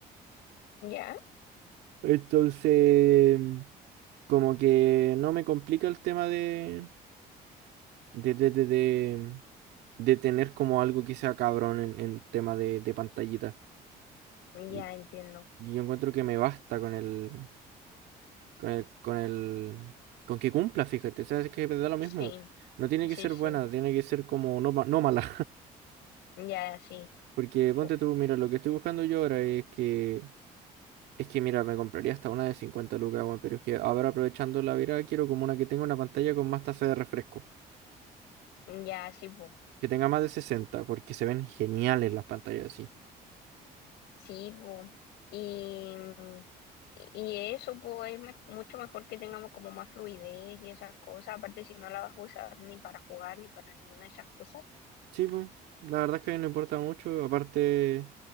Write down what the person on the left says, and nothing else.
ya,
ya entiendo.
Sí,
sí,
sí,
ya sí,
pu-
ya sí, pu.
sí, pu. Y, y eso pues es me- mucho mejor que tengamos como más fluidez y esas cosas, aparte si no la vas a usar ni para jugar ni para ninguna de esas cosas.